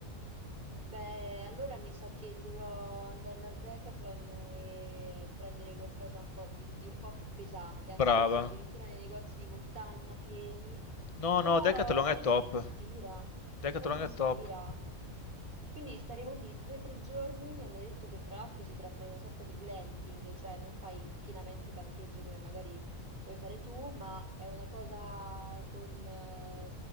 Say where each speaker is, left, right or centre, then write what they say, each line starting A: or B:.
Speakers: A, on the right (about 35°); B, on the left (about 35°).
A: Beh, allora mi sa che dovrò andare dal Decathlon e prendere qualcosa un po' di, di un po' più pesante,
B: Brava.
A: anzi forse addirittura nei negozi di montagna pieni,
B: No,
A: però
B: no, Decathlon è top.
A: sì, mi ispira,
B: Decathlon
A: però mi
B: è
A: ispira.
B: top.
A: Quindi staremo lì due o tre giorni, mi hanno detto che tra l'altro si tratta di una sorta di glamping, cioè non fai pienamente campeggio come magari puoi fare tu, ma è una cosa con... eh,